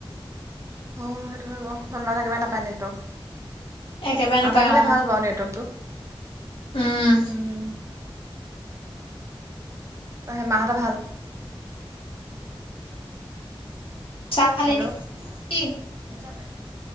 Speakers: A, on the right (about 30°); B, on the left (about 75°).
A: অ সেইটো হয় বাৰু, <unintelligible> একেবাৰে নাপায় নেটৱৰ্ক।
B: একেবাৰে নাপায়
A: আমাৰ ফালে
B: অ
A: ভাল বাওঁ নেটৱৰ্কটো।
B: উম
A: উম। হে মা হঁতৰ ভাল?
B: চাহ খালি
A: হেল্ল'
B: নেকি?
A: শুনিছ নাই